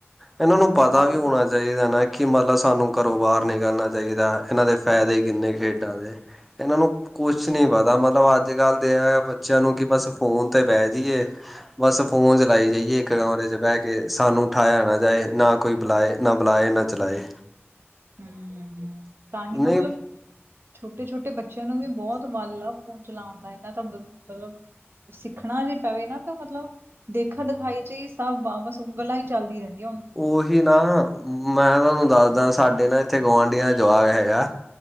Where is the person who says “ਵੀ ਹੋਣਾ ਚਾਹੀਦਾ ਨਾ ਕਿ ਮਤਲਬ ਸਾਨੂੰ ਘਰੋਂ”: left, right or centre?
Centre